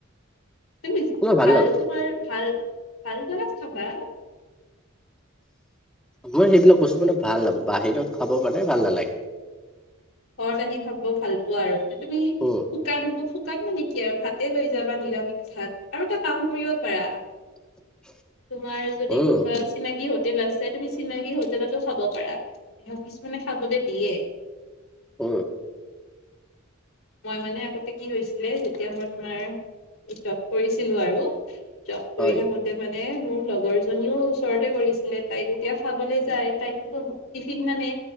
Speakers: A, on the left; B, in the centre.
A: তুমি
B: মই
A: ভাল
B: নাপ
A: তোমাৰ ভাল ভাল জাগাত খাবা।
B: মই সেইবিলাক বস্তু মানে ভাল নাপাওঁ, বাহিৰত খাব কাৰণে ভাল নালাগে।
A: ঘৰত আহি খাব ভাল পোৱা আৰু তুমি শু
B: উম
A: শুকান শুকান মানে কি আৰু ভাতে লৈ যাবা নিৰামিষ ভাত আৰু এটা কাম কৰিব পাৰা।
B: <unintelligible>
A: তোমাৰ যদি
B: উম
A: কোনোবা চিনাকি হোটেল আছে তুমি চিনাকি হোটেলতো খাব পাৰা। কিছুমানে খাবলৈ দিয়ে।
B: অঁ।
A: মই মানে আগতে কি হৈছিলে যেতিয়া মই তোমাৰ জব কৰিছিলোঁ আৰু জব
B: হয়
A: কৰি থাকোতে মানে মোৰ লগৰ জনীও ওচৰতে কৰিছিলে তাই যেতিয়া খাবলৈ যায় তাইটোতো টিফিন নানে